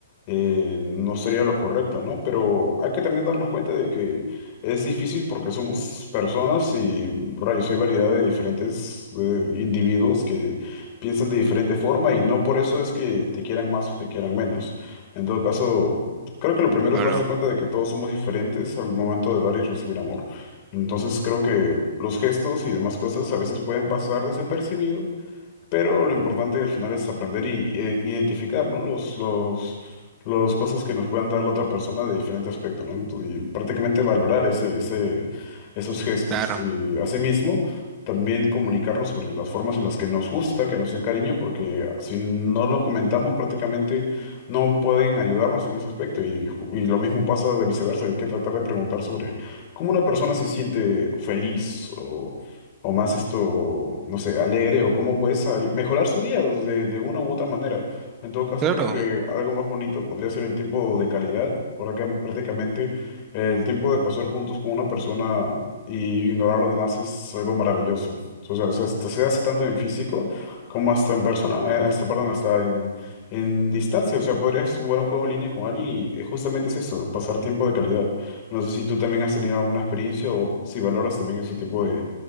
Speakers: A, on the left; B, on the right.
A: eh, no sería
B: Mm,
A: lo correcto, ¿no? Pero hay que también darnos cuenta de que es difícil porque somos personas y, rayos, hay variedad de diferentes eh, individuos que piensan de diferente forma y no por eso es que te quieran más o te quieran menos. En todo caso, creo que lo primero
B: Claro,
A: es darse cuenta de que todos somos diferentes al momento de dar y recibir amor. Entonces creo que los gestos y demás cosas a veces pueden pasar desapercibidos pero lo importante al final es aprender y eh, identificar, ¿no? Los, los, los cosas que nos puedan dar la otra persona de diferente aspecto, ¿no? Ento- Y prácticamente valorar ese, ese, esos gestos.
B: claro,
A: Y asimismo, también comunicarnos sobre las formas en las que nos gusta, que nos den cariño, porque si no lo comentamos, prácticamente no pueden ayudarnos en ese aspecto. Y, ju- y lo mismo pasa de viceversa. Hay que tratar de preguntar sobre cómo una persona se siente feliz o más esto, no sé, alegre o cómo puedes ay- mejorar su día de, de una u otra manera. En todo caso,
B: claro.
A: creo que algo más bonito podría ser el tiempo de calidad, por acá prácticamente el tiempo de pasar juntos con una persona y ignorar lo demás es algo maravilloso. O sea, o sea, hasta se hace tanto en físico como hasta en persona, eh, hasta, perdón, hasta en, en distancia. O sea, podrías jugar un juego en línea con alguien y eh, justamente es eso, pasar tiempo de calidad. No sé si tú también has tenido alguna experiencia o si valoras también ese tipo de